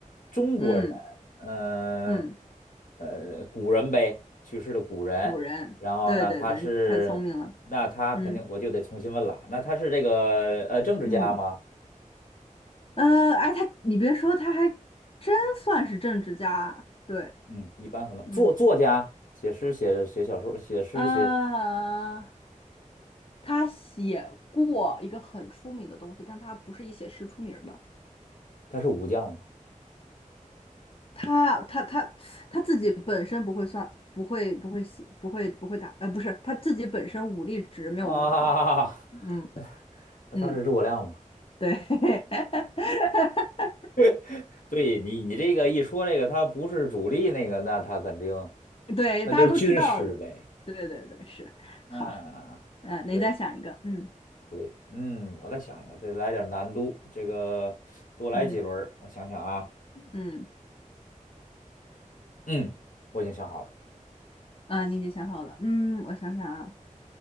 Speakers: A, on the left; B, on the left.
A: 中国人，
B: 嗯
A: 嗯、
B: 嗯，
A: 呃，古人呗，去世的古人。
B: 古人，
A: 然后呢，
B: 对对对，
A: 他是，
B: 太聪明了，
A: 那他肯定我就得重新问了。
B: 嗯
A: 那他是这个呃政治家吗？
B: 嗯，呃，哎，他，你别说，他还真算是政治家，对，
A: 嗯，一般可能作作家、
B: 嗯，
A: 写诗、写写小说、写诗写，
B: 呃，他写过一个很出名的东西，但他不是以写诗出名儿的，
A: 他是武将吗？
B: 他他他他自己本身不会算，不会不会写，不会不会打，呃，不是，他自己本身武力值没有那么高，
A: 啊，
B: 嗯
A: <laughs> 那他是诸葛亮吗？
B: 嗯，对。<laughs>
A: <laughs> 对你，你这个一说这个，他不是主力那个，那他肯定。
B: 对，
A: 那就是军师呗。
B: 大家都知道的。对对对，是。
A: 嗯，
B: 好，嗯，你再想一个。
A: 对
B: 嗯
A: 对，嗯，我再想一个，再来点难度，这个多来几轮儿我想想啊，
B: 嗯嗯，
A: 嗯，我已经想好了，
B: 啊，你已经想好了。嗯，我想想啊，